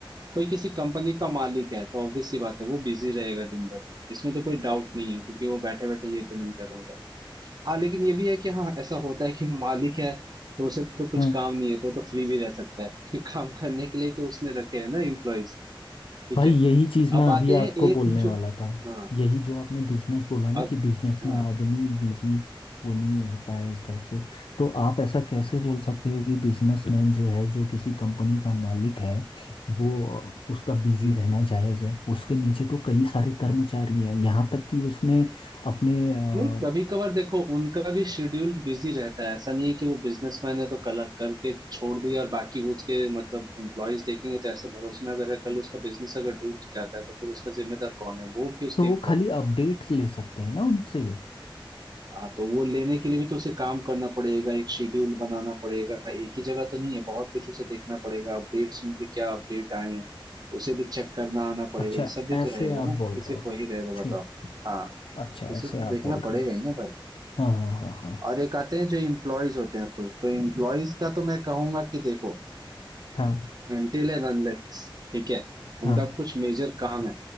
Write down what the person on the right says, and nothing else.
कोई किसी कंपनी का मालिक है तो ऑब्वियस सी बात है वो बिजी रहेगा दिन भर इसमें तो कोई डाउट नहीं है क्योंकि वो बैठे बैठे ये तो नहीं करूंगा हाँ लेकिन ये भी है कि हाँ ऐसा होता है कि मालिक है तो उसे तो कुछ
काम नहीं है तो, वो तो फ्री भी रह सकता है <laughs> कि काम करने के लिए तो उसने रखे हैं ना एम्प्लॉयज ठीक
है
अब
आते हैं
एक
जो
हाँ
और
हाँ
हम्म
नहीं कभी कभार देखो उनका भी शेड्यूल बिजी रहता है ऐसा नहीं है कि वो बिजनेसमैन है तो कल करके छोड़ दिया और बाकी वो उसके मतलब एम्प्लॉयज देखेंगे तो ऐसे भरोसे में अगर है, कल उसका बिजनेस अगर डूब जाता है तो फिर उसका जिम्मेदार कौन है वो कि उसके
एम्प्लॉय
हाँ तो वो लेने के लिए भी तो उसे काम करना पड़ेगा एक शेड्यूल बनाना पड़ेगा एक ही जगह तो नहीं है बहुत कुछ उसे देखना पड़ेगा अपडेट्स में भी क्या अपडेट आए हैं उसे भी चेक करना आना पड़ेगा
ये सब भी
तो रहेगा
ना
कि
सिर्फ
वही रहेगा
बताओ हाँ
तो उसे
देखना
पड़ेगा
ही ना भाई
और एक आते हैं जो इम्प्लॉयज होते हैं कुछ तो इम्प्लॉयज का तो मैं कहूंगा कि देखो
अनटिल एंड अनलेस ठीक है उनका
कुछ मेजर काम है